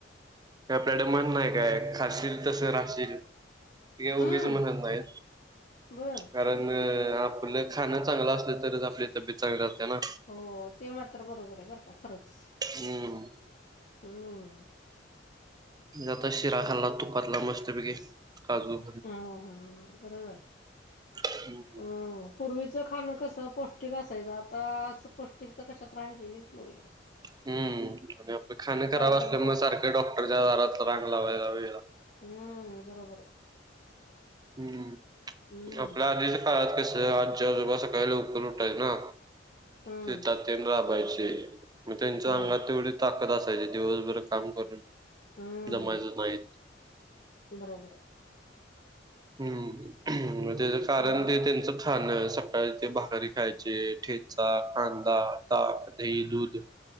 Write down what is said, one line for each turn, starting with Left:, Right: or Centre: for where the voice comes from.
Right: आपल्याडे मन नाही काय खाशील तसे राहशील. ठीे
Left: हम्म
Right: गेजन नाही
Left: बर
Right: कारण. आपलं खाणं चांगलं असलं तरच आपल्या. ती चांगली जह ना.
Left: हो ते मात्र बरोबर आहे बरं का खरंच
Right: हम्म
Left: हम्म.
Right: आता शिरा खाल्ला तुपातला मस्तपैकी काजू
Left: ह हा ह बरोबर.
Right: होम्.
Left: ह. पूर्वीचं खाणं कस पौष्टिक असायचं आता पौष्टिक तर कशात राहिलेलीच नाही. ह.
Right: हम्म आणि आपलं खाण खराब
Left: बनावट
Right: असल्यामुळेग सारखं डॉक्टरच्या आारात रांग ला व्हायला वगला
Left: हम्म बरोबर आहे.
Right: हम्म
Left: हम्म
Right: आपल्या आधीच्या काळात कस आजी आजोबा सकाळी लवकर उठायच ना
Left: हम्म
Right: शेतात ये राबायचे मग त्यांच्या
Left: बरोबर
Right: अंगात तेवढे. ताकद असायची दिवसभर काम करून
Left: हम्म
Right: जमायचं नाहीत.
Left: बरोबर.
Right: हम्म त्याच कारण
Left: हम्म
Right: ते त्यांच. खाण सकाळी ते भाकरी खायचे ठेचा कांदा ताक दही दूध.